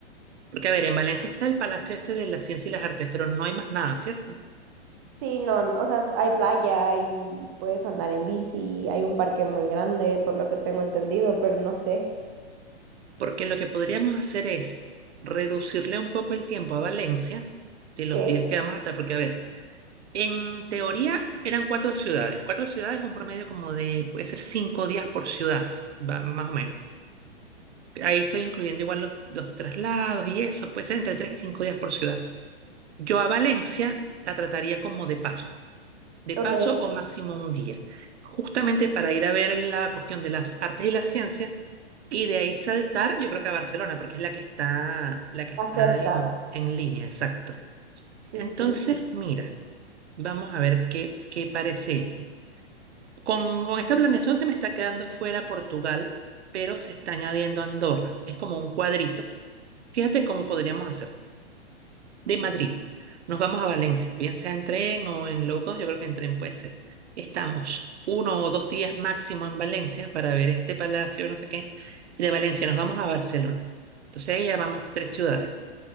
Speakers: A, on the right (about 75°); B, on the right (about 20°).
A: porque a ver, en Valencia está el Palacio este de la Ciencia y las Artes, pero no hay más nada, ¿cierto?
B: Sí, no, n- o sea, s- hay playa y puedes andar en bici, hay un parque muy grande, por lo que tengo entendido, pero no sé.
A: Porque lo que podríamos hacer es reducirle un poco el tiempo a Valencia de los
B: Ok,
A: días que vamos a estar, porque a ver, en teoría eran cuatro ciudades. Cuatro ciudades, un promedio como de, puede ser cinco días por ciudad, va- más o menos. Ahí estoy incluyendo igual los, los traslados y eso. Puede ser entre 3 y 5 días por ciudad. Yo a Valencia la trataría como de paso. De
B: ok,
A: paso o máximo un día. Justamente para ir a ver la cuestión de las artes y las ciencias. Y de ahí saltar, yo creo que a Barcelona, porque es la que está, la que está
B: acerca.
A: en, en línea, exacto.
B: Sí,
A: Entonces,
B: sí,
A: mira, vamos a ver qué, qué parece esto. Con, con esta planeación se me está quedando fuera Portugal, pero se está añadiendo Andorra. Es como un cuadrito Fíjate cómo podríamos hacer. De Madrid, nos vamos a Valencia, bien sea en tren o en low cost, yo creo que en tren puede ser. Estamos uno o dos días máximo en Valencia para ver este palacio, no sé qué. Y de Valencia nos vamos a Barcelona. Entonces ahí ya vamos tres ciudades,